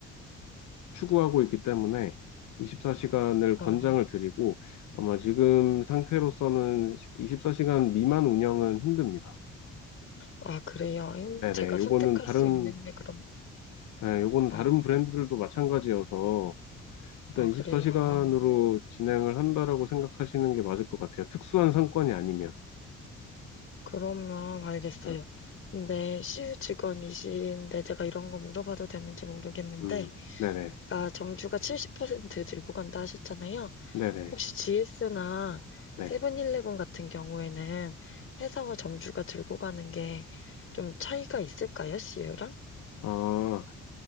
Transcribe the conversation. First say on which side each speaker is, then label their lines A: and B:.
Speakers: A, on the left; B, on the left.
A: 추구하고 있기 때문에 24시간을
B: 어.
A: 권장을 드리고 아마 지금 상태로서는 24시간 미만 운영은 힘듭니다.
B: 아, 그래요. 임-
A: 네네,
B: 제가
A: 요거는
B: 선택할
A: 다른,
B: 수 있는 게 그럼
A: 네, 요거는 다른
B: 어,
A: 브랜드들도 마찬가지여서 일단
B: 아,
A: 24시간으로
B: 그래요.
A: 진행을 한다라고 생각하시는 게 맞을 것 같아요. 특수한 상권이 아니면.
B: 그러면 알겠어요.
A: 음,
B: 근데 시유직원이신데 제가 이런 거 물어봐도 되는지 모르겠는데,
A: 음, 네네,
B: 아까 점주가 70% 들고 간다 하셨잖아요.
A: 네네,
B: 혹시 GS나
A: 네.
B: 세븐일레븐 같은 경우에는 회사와 점주가 들고 가는 게 좀 차이가 있을까요, 시유랑?
A: 아,